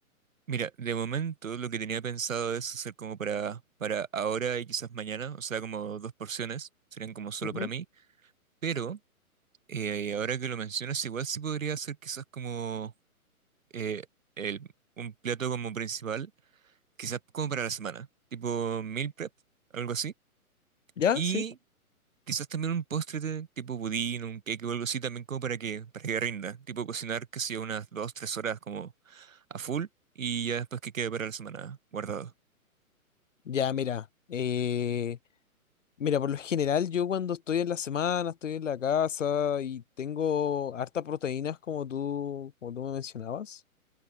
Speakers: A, on the right (about 60°); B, on the left (about 55°).
A: Mira, de momento lo que tenía pensado es hacer como para, para ahora y quizás mañana, o sea, como dos porciones, serían como solo
B: Ujú.
A: para mí. Pero Eh, ahora que lo mencionas, igual sí podría ser quizás como eh, el- un plato como principal, quizás como para la semana, tipo meal prep, algo así.
B: ¿Ya?
A: Y
B: Sí.
A: quizás también un postre de- tipo budín, un cake o algo así, también como para que, para que rinda. Tipo cocinar, que sea unas dos, tres horas como a full y ya después que quede para la semana guardado.
B: Ya, mira, eh, Mira, por lo general yo cuando estoy en la semana, estoy en la casa y tengo hartas proteínas como tú, como tú me mencionabas,